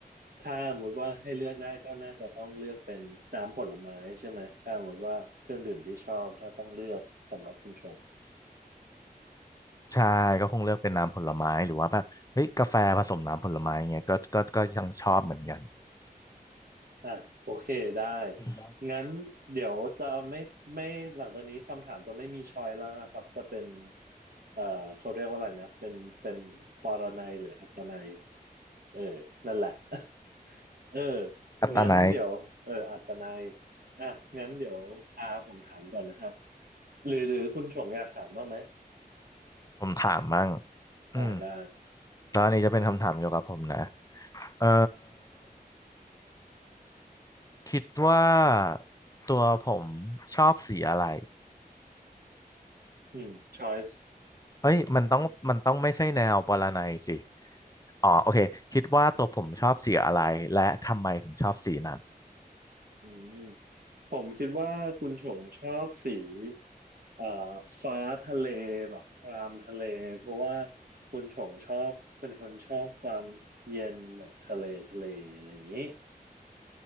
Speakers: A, on the right; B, on the left.
A: ถ้าสมมติว่าให้เลือกได้ก็น่าจะต้องเลือกเป็นน้ำผลไม้ใช่ไหมถ้าสมมติว่าเครื่องดื่มที่ชอบถ้าต้องเลือกสำหรับคุณชง
B: ใช่ก็คงเลือกเป็นน้ำผลไม้หรือว่าแบบเฮ้ยกาแฟผสมน้ำผลไม้เงี้ยก็ก็ก็ยังชอบเหมือนกัน
A: อ่ะโอเคได้
B: อืม
A: งั้นเดี๋ยวจะไม่ไม่หลังจากนี้คำถามจะไม่มีชอยแล้วนะครับจะเป็นเอ่อเขาเรียกว่าอะไรนะเป็นเป็นปรนัยหรืออัตนัยเออนั่นแหละ <laughs> เออ
B: กัตตาไน
A: งั้นเดี๋ยวเอออัตนัยอ่ะงั้นเดี๋ยวตาผมถามก่อนนะครับหรือหรือคุณชงอยากถามบ้างไหม
B: ผมถามมั่งอืม
A: อ่าได้
B: แล้วอันนี้จะเป็นคำถามเกี่ยวกับผมนะเอ่อคิดว่าตัวผมชอบสีอะไร
A: อืม choice
B: เอ้ยมันต้องมันต้องไม่ใช่แนวปรนัยสิอ๋อโอเคคิดว่าตัวผมชอบสีอะไรและทำไมถึงชอบสีนั้น
A: อืม ผมคิดว่าคุณชงชอบสีเอ่อฟ้าทะเลแบบครามทะเลเพราะว่าคุณชงชอบเป็นคนชอบความเย็นแบบทะเลทะเลอะไรอย่างนี้